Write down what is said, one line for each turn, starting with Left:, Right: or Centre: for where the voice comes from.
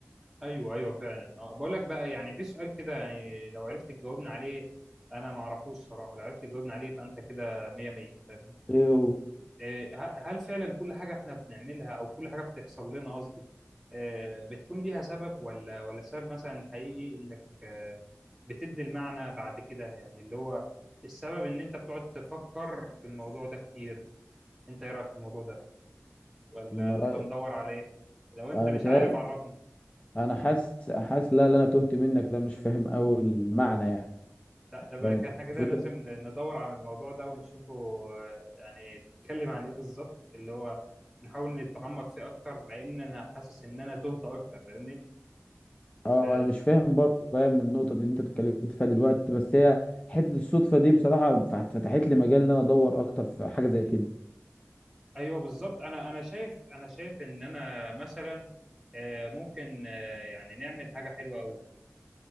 Centre: ايوه ايوه فعلا اه بقول لك بقى يعني في سؤال كده يعني لو عرفت تجاوبنا عليه انا ما اعرفوش صراحه لو عرفت تجاوبنا عليه يبقى انت كده 100 100 فاهم
Left: ايه هو
Centre: آه، ه- هل فعلا كل حاجة احنا بنعملها او كل حاجة بتحصل لنا قصدي آه، بتكون ليها سبب ولا ولا السبب مثلا حقيقي انك آه، بتدي المعنى بعد كده يعني اللي هو السبب ان انت بتقعد تفكر في الموضوع ده كتير انت ايه رأيك في الموضوع ده ولا
Left: انا
Centre: نبقى
Left: رأي...
Centre: ندور عليه لو انت
Left: انا
Centre: مش
Left: بتهيألي
Centre: عارف عرفني
Left: انا حاسس حاسس لا لا انا تهت منك لا مش فاهم قوي المعنى يعني
Centre: لا ده
Left: فاهم
Centre: بقى احنا كده
Left: الفكره
Centre: لازم ندور على الموضوع ده ونشوفه آه، يعني بيتكلم عن ايه بالظبط اللي هو نحاول نتعمق فيه اكتر لان انا حاسس ان انا تهت اكتر فاهمني
Left: اه
Centre: آه،
Left: انا مش فاهم برضه فاهم النقطه دي اللي انت اتكلمت فيها دلوقتي بس هي حته الصدفه دي بصراحه فت- فتحت لي مجال ان انا ادور اكتر في حاجه زي كده
Centre: ايوه بالظبط انا انا شايف انا شايف ان انا مثلا آه، ممكن آه، يعني نعمل حاجه حلوه قوي